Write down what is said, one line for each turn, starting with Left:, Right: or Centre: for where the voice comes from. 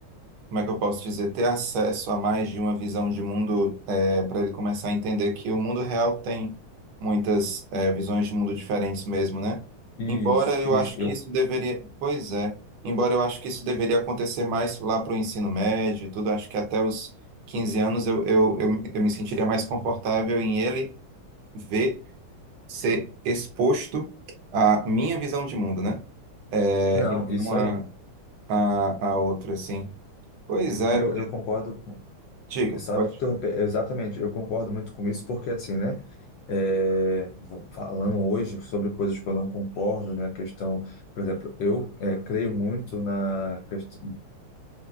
Right: como é que eu posso dizer, ter acesso a mais de uma visão de mundo, para ele começar a entender que o mundo real tem muitas, é, visões de mundo diferentes mesmo, né?
Left: Isso,
Right: Embora eu
Left: isso.
Right: acho que
Left: Eu,
Right: isso deveria, pois é, embora eu acho que isso deveria acontecer mais lá para o ensino médio e tudo, acho que até os 15 anos eu, eu, eu, eu me sentiria mais confortável em ele ver, ser exposto à minha visão de mundo, né? É,
Left: não,
Right: e
Left: isso
Right: não a,
Left: aí.
Right: a, a outra, assim. Pois é,
Left: Eu, eu concordo com.
Right: Diga,
Left: Sabe,
Right: pode
Left: te interromper.
Right: falar.
Left: Exatamente, eu concordo muito com isso, porque assim, né? é, vou- falando hoje sobre coisas que eu não concordo, né? A questão, por exemplo, eu é, creio muito na, quest-